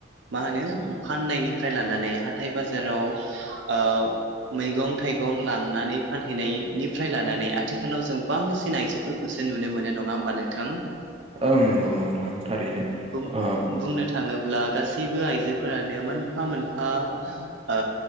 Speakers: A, on the right (about 70°); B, on the right (about 30°).
A: मा होनो फाननायनिफ्राय लानानै हाथाय बाजाराव ओ मैगं - थाइगं लांनानै फानहैनायनि फ्राय लानानै आथिखालाव जों बांसिन आइजोफोरखौसो नुनो मोनो नङा होमबा नोंथां।
B: ओं नंगौ नोंथां थारैनो
A: बुं
B: ओ
A: बुंनो थाङोब्ला गासैबो आइजोफोरानो मोनफा - मोनफा ओ